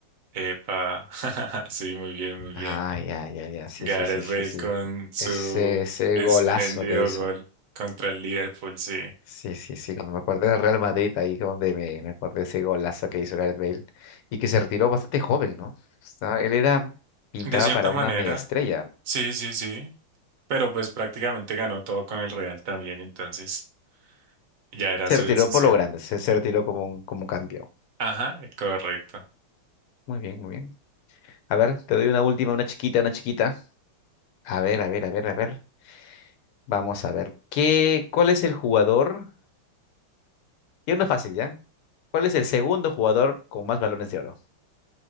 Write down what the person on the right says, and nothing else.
Epa, <laughs> sí, muy bien, muy bien.
Gareth
Bale
con su
espléndido
gol contra el Liverpool, sí.
De cierta
manera,
sí, sí, sí. Pero pues prácticamente ganó todo con el Real también, entonces ya era
su
decisión.
Ajá, correcto.